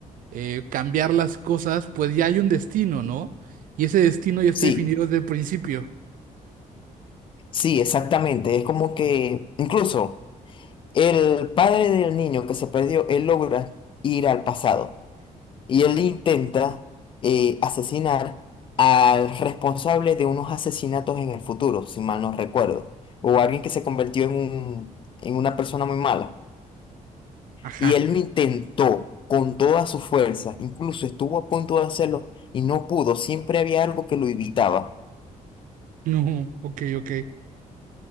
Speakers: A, on the right; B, on the left.
A: eh, cambiar las cosas, pues ya hay un destino, ¿no? Y ese destino ya está
B: Sí,
A: definido desde el principio.
B: sí, exactamente. Es como que incluso el padre del niño que se perdió, él logra ir al pasado. y él intenta eh, asesinar al responsable de unos asesinatos en el futuro, si mal no recuerdo, o alguien que se convirtió en un- en una persona muy mala.
A: Ajá.
B: Y él
A: <laughs>
B: lo intentó con toda su fuerza, incluso estuvo a punto de hacerlo y no pudo, siempre había algo que lo evitaba.
A: No, ok, ok.